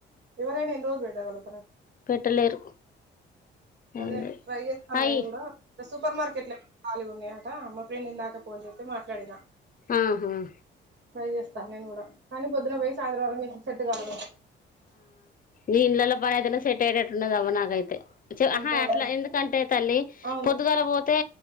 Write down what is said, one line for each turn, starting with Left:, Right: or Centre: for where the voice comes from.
Right: ఎవరైనా ఎన్ని రోజులు పెట్టగలరు.
Left: పెట్టలేరు.
Right: అదే
Left: ఏం లేదు
Right: ట్రై చేత్తాన్నా
Left: అయి
Right: నేను కూడా. గా సూపర్ మార్కెట్ల ఎమో ఖాళీగా ఉన్నయాట. మా ఫ్రెండ్ ఇందాకా ఫోన్ చేత్తే మాట్లాడినా.
Left: ఆహా
Right: ట్రై చేస్ స్తా నేను కూడా. కానీ పొద్దున పోయి సాయంత్రం వరకు నీకు సెట్ కాదు.
Left: ఈ ఇల్లల్లా పని అయితేనే సెట్ అయ్యేటట్టు ఉన్నది అవ్వా నాకైయితే. చ
Right: అంతే
Left: ఆహా
Right: అండి
Left: అట్లా ఎందుకంటే తల్లి
Right: అవును
Left: పొద్దుగాల పో తే